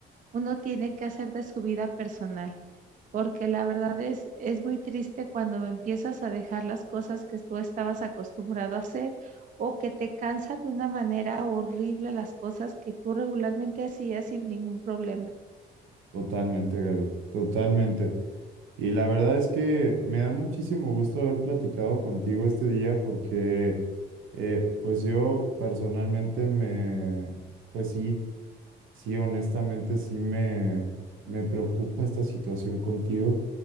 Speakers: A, on the right; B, on the right.
A: uno tiene que hacer de su vida personal, porque la verdad es, es muy triste cuando empiezas a dejar las cosas que tú estabas acostumbrado a hacer o que te cansa de una manera horrible las cosas que tú regularmente hacías sin ningún problema.
B: Totalmente, Gaby, totalmente. Y la verdad es que me da muchísimo gusto haber platicado contigo este día porque, eh, pues yo personalmente me, pues sí, sí, honestamente sí me, me preocupa esta situación contigo